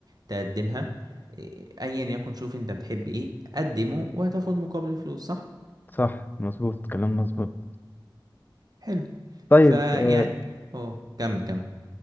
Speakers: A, on the right; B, on the left.
A: تقدمها إيه، ايا يكن شوف انت بتحب ايه قدمه وهتاخد مقابله فلوس صح
B: صح مظبوط كلام مظبوط
A: حلو
B: طيب
A: فيعني
B: آه
A: اه كمل كمل